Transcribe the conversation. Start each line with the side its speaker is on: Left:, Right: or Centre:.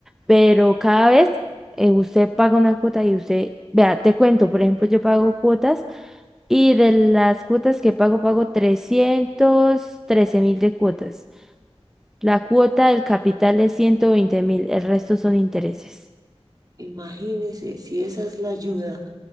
Centre: Pero cada vez eh, usted paga una cuota y usted, vea, te cuento, por ejemplo, yo pago cuotas Y de las cuotas que pago, pago trescientos trece mil de cuotas. La cuota del capital es ciento veinte mil, el resto son intereses.
Right: Imagínese si esa es la ayuda